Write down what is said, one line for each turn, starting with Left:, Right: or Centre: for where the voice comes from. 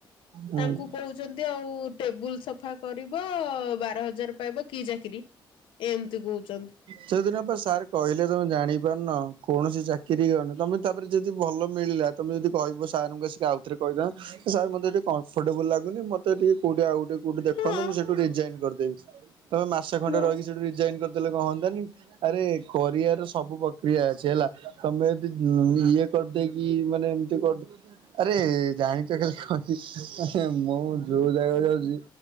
Right: ହୁଁ।
Left: ତାଙ୍କୁ କହୁଛନ୍ତି ଆଉ ଏ ଟେବୁଲ ସଫା କରିବ ବାର ହଜାର ପାଇବ କି ଚାକିରି ଏମିତି କହୁଛନ୍ତି।
Right: ସେଦିନ ପା ସାର୍ କହିଲେ ତମେ ଜାଣିପାରୁନ କୌଣସି ଚାକିରି ଅ ତମେ ତାପରେ ଯଦି ଭଲ ମିଳିଲା ତମେ ଯଦି କହିବ ସାର୍ ଙ୍କୁ ଆସିକି ଆଉଥରେ କହିବା। ସାର୍ ମତେ ଏଠି କମ୍ଫଟେବୁଲ ଲାଗୁନି ମତେ ଟିକେ କୋଉଠି ଆଉ ଗୋଟେ କଉଠି ଦେଖନ୍ତୁ
Left: ହଁ
Right: ମୁଁ ସେଠୁ ରିଜାଇନ କରିଦେବି। ତମେ ମାସେ ଖଣ୍ଡେ
Left: ବାସ୍।
Right: ରହିକି ସେଠୁ ରିଜାଇନ କରିଦେଲେ କଣ ହୁଆନ୍ତାନି? ଆରେ କରିବାର ସବୁ ପ୍ରକ୍ରିୟା ଅଛି ହେଲା ତମେ ଯଦି ଇଏ କରିଦେଇକି ମାନେ ଏମିତି କରିଦେ ଆରେ ଜାଣିଛ କାଲି କଣ ହେଇଛି ମାନେ ମୁଁ ଯୋଉ ଜାଗାକୁ ଯାଉଛି